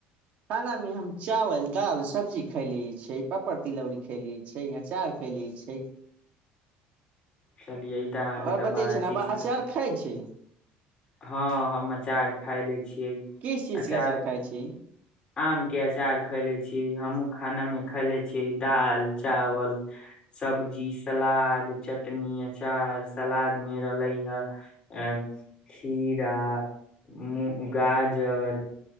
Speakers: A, on the right (about 40°); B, on the left (about 20°).
A: खानामे हम चावल दालि सब्जी खले छै पापड़ तिलौरी खलियै छै अचार खलियै छै
B: चलियै तऽ अहाँके
A: आओर
B: तऽ
A: बतै
B: बड़ा
A: छै ने
B: चीज
A: आब
B: खैले
A: अचार खाइ छै
B: हँ हम अचार खाय लै छियै
A: किस चीज
B: अचार
A: के खाइ छी
B: आमके अचार खयले छी हमहूँ खानामे खयले छियै दालि चावल सब्जी सलाद चटनी अचार सलादमे रहलै हे खीरा मु गाजर